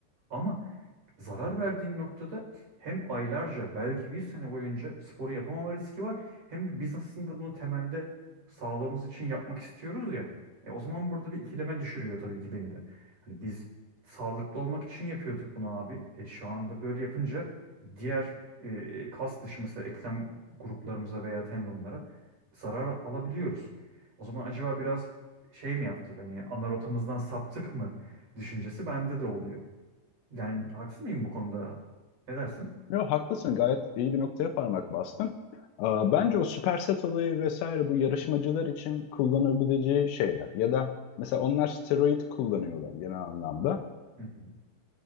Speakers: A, on the right; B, on the left.
A: Ama zarar verdiğin noktada hem aylarca belki bir sene boyunca sporu yapamama riski var hem de biz aslında bunu temelde sağlığımız için yapmak istiyoruz ya. E, o zaman burada bir ikileme düşürüyor tabii ki beni de. Hani biz sağlıklı olmak için yapıyorduk bunu abi. E, şu anda böyle yapınca diğer e, kas dışı mesela eklem gruplarımıza veya tendonlara zarar alabiliyoruz. O zaman acaba biraz şey mi yaptık hani ana rotamızdan saptık mı düşüncesi bende de oluyor. Yani haksız mıyım bu konuda? Ne dersin?
B: Yok haklısın gayet iyi bir noktaya parmak bastın. Aa, bence o superset olayı vesaire bu yarışmacılar için kullanabileceği şeyler ya da mesela onlar steroid kullanıyorlar genel anlamda.
A: Hı hı.